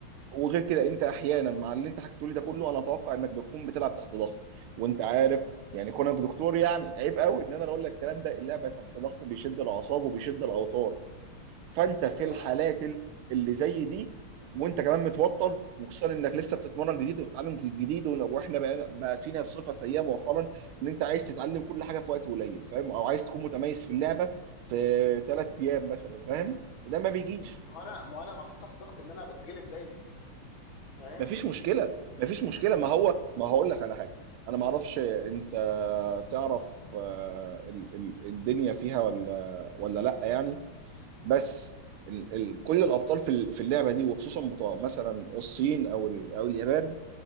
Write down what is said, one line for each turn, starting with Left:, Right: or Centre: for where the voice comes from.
Right: وغير كده انت احيانا مع اللي انت حكيته لي ده كله انا اتوقع انك بتكون بتلعب تحت ضغط وانت عارف يعني كونك دكتور يعني عيب قوي ان انا اقول لك الكلام ده اللعب تحت ضغط بيشد الاعصاب وبيشد الاوتار فانت
Left: ايوه
Right: في
Left: صح
Right: الحالات ال- اللي زي دي وانت كمان متوتر وخصوصا انك لسه بتتمرن جديد وبتتعلم جديد ون- واحنا بقى بقى فينا صفه سيئه مؤخرا ان انت عايز تتعلم كل حاجه في وقت قليل فاهم او عايز تكون متميز في اللعبه في ثلاث ايام مثلا فاهم وده ما بيجيش
Left: م- ما انا ما انا محطوط تحت ضغط ان انا بتغلب دايما فاهم
Right: مفيش مشكله
Left: ون-
Right: مفيش مشكله ما هو ما هقول لك على حاجه انا ما اعرفش انت تعرف آه، ال- ال- الدنيا فيها ولا ولا لا يعني بس ال ال كل الابطال في ال- في اللعبه دي وخصوصا بتوع مثلا الصين او ال- او اليابان